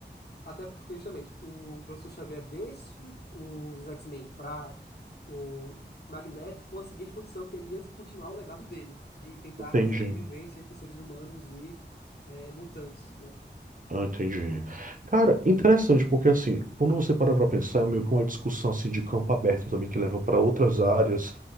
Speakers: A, on the left; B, on the right.
A: Até porque, justamente, o professor Xavier deixa os X-Men para o Magneto com a seguinte condição, que ele ia continuar o legado dele, de tentar
B: Entendi.
A: fazer a convivência entre seres humanos e é, mutantes, né?
B: Ah, entendi. Cara, interessante, porque assim, quando você para pra pensar, é meio que uma discussão assim de campo aberto também que leva para outras áreas,